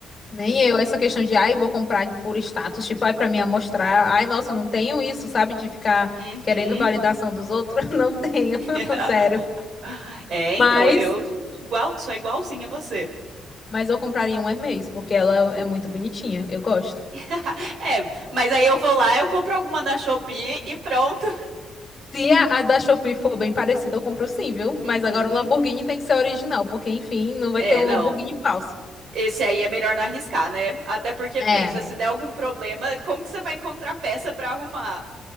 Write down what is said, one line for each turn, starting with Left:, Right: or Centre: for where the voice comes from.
Left: Nem eu, essa questão de, ai, vou comprar por status, tipo, ai, pra me mostrar. Ai, nossa, não tenho isso, sabe? De ficar
Right: Uhum.
Left: querendo validação dos outros. <laughs> Não tenho,
Right: <laughs>
Left: <laughs> zero.
Right: É, então,
Left: Mas,
Right: eu igual, sou igualzinha a você.
Left: mas eu compraria um Hermès, porque ela é muito bonitinha. Eu gosto.
Right: <laughs> É, mas aí eu vou lá, eu compro alguma na Shopee e pronto.
Left: Se a, a da Shopee for bem parecida, eu compro sim, viu? Mas
Right: Uhum.
Left: agora o Lamborghini tem que ser original, porque, enfim, não vai
Right: É,
Left: ter um
Right: não.
Left: Lamborghini falso.
Right: Esse aí é melhor não arriscar, né? Até porque
Left: É.
Right: pensa, se der algum problema, como que você vai encontrar peça pra arrumar?